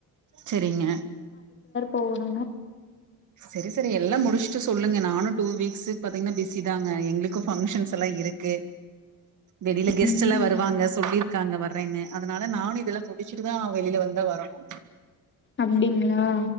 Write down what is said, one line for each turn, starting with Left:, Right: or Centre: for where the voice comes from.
Right: செரிங்க
Left: போகணுங்க
Right: செரி செரி எல்லா முடிச்ட்டு சொல்லுங்க நானு டூ வீக்ஸு பாத்திங்னா பிஸிதாங்க எங்களுக்கு பங்க்ஷன்ஸ் எல்லா இருக்கு வெளில கெஸ்ட்
Left: ம்
Right: எல்லா வருவாங்க சொல்லிருக்காங்க வரேன்னு அதனால நானு இதெல்லா முடிச்சுட்டுதா வெளில வந்தா வரணு
Left: அப்டிங்களா